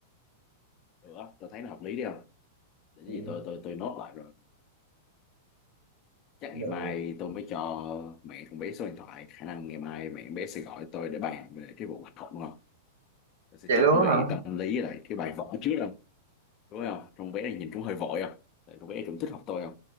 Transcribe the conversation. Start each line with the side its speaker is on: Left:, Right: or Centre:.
Left: được á, tôi thấy nó hợp lý đi không để cái
Right: ừ,
Left: gì tôi tôi tôi nốt lại rồi Chắc
Right: được
Left: ngày mai tôi mới cho mẹ con bé số điện thoại. Khả năng ngày mai mẹ con bé sẽ gọi tôi để bàn về cái vụ học đúng không? Tôi sẽ
Right: vậy
Left: chuẩn
Right: luôn á
Left: bị
Right: hả
Left: tâm lý với lại cái bài vở trước không? Đúng không? Con bé này nhìn cũng hơi vội không? Tại con bé cũng thích học tôi không?